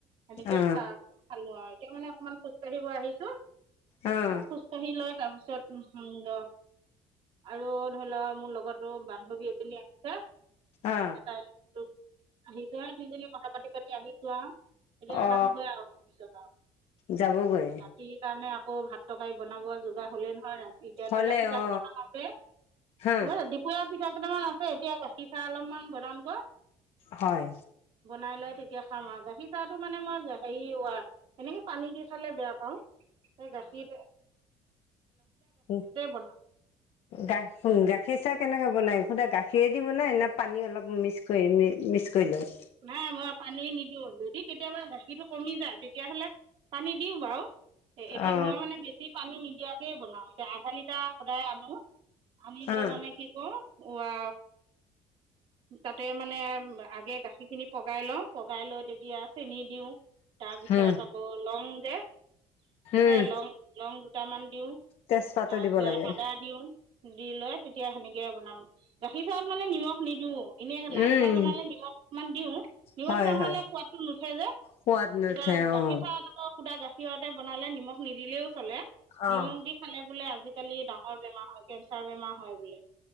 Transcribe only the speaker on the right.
সেনেকেই
খা খালো আৰু, এতিয়া মানে অকমান খোজকাঢ়িব আহিছো।
অ খোজকাঢ়ি তাৰপিছত <unintelligible> আৰু, ধৰি লোৱ মোৰ লগতো বান্ধৱী এজনী আহিছে।
তাই আৰু আহিছোহে দুইজনীয়ে কথা পাতি, পাতি আহিছো আৰু। এতিয়া
যামগৈ আৰু, পিছত আৰু,
ৰাতি কাৰণে আ আকৌ ভাত তৰকাৰি বনাব জোগা হ'লে, নহয় ৰা এতিয়া
ধৰি লওক, পিঠা
দুটা মান আছে,
এই দুপৰীয়া পিঠা কেইটামান আছে, এতিয়া গাখীৰ চাহ অলপমান বনাম গৈ।
বনাই লৈ তেতিয়া খাম আৰু, গাখীৰ চাহটো‌‌ মানে‌ মই হেৰি, হেনেকে পানী দি খালে বেয়া পাওঁ। তই গাখীৰটো
বনাওঁ
নাই, মই পানী নিদিওঁ যদি কেতিয়াবা গাখীৰটো কমি যায় তেতিয়াহ'লে পানী দিওঁ বাৰু। এ‌ এতিয়া
মই মানে বেছি পানী নিদিয়াকে বনাও, এতিয়া আধা লিটাৰ সদায় আনো। আনি লৈ
মানে কি কৰোঁ, এইয়া তাতে মানে আগে গাখীৰ খিনি পগাই লওঁ, পগাই লৈ তেতিয়া চেনি দিওঁ, তাৰ পিছত
আকৌ লং এহ,
সেই লং-লং দুটামান দিওঁ,
তাৰপিছত
আদা দিওঁ দি লৈ তেতিয়া সেনেকে বনালো। গাখীৰ চাহত মানে নিমখ নিদিয়ে। এনেই লাল
চাহ বনালে নিমখ অকণমান দিওঁ, নিমখ
নহ'লে
সোৱাদটো নুঠে যে।
এতিয়া গাখীৰ
চাহ আকৌ শুদা গাখীৰতে বনালে নিমখ নিদিলেও চলে।
নিমখ দি খালে বোলে আজিকালি ডাঙৰ বেমাৰ হয়, কেঞ্চাৰ বেমাৰ হয় বোলে।